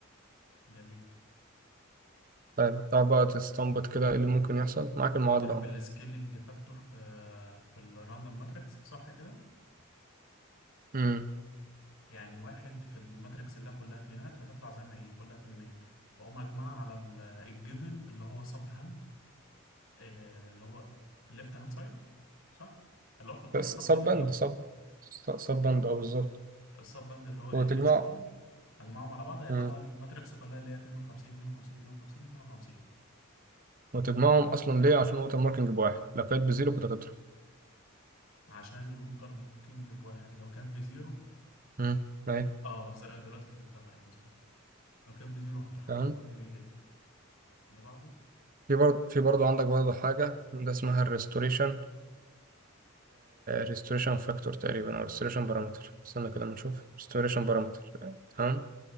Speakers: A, on the left; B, on the right.
A: جميل
B: فاهم تعرف بقى تستنبط كده ايه اللي ممكن يحصل معاك المعادلة
A: هضرب
B: اهو
A: السكيلنج فاكتور في في الراندوم ماتريكس صح كده
B: مم.
A: يعني واحد في الماتريكس اللي كلها اتنينات هتطلع زي ما هي كلها اتنينات واقوم اجمعها على الجيفن اللي هو سب هاند اللي هو ليفت هاند سايد صح اللي هو خ- كله
B: بس
A: خمسينات
B: سب بند
A: دوت
B: سب سب بند اه بالظبط
A: السب هاند اللي هو ال
B: وتجمع
A: اتش 1 اجمعهم على بعض هيطلع
B: مم.
A: لي الماتريكس كلها اللي هي 52 52 52 52
B: وتجمعهم اصلا ليه عشان هو الماركينج بواحد لو كانت بزيرو كنت هتطرح
A: عشان الوتر ماركنج بواحد لو كانت بزيرو
B: مم. اهي
A: اه زي دلوقتي فهمتها ايوه صح لو كانت بزيرو هتروح
B: تمام
A: تمام جميل جدا اللي بعده
B: في برضه في برضه عندك برضه حاجة ده اسمها الريستوريشن ريستوريشن فاكتور تقريبا او ريستوريشن بارامتر استنى كده ما نشوف ريستوريشن بارامتر تمام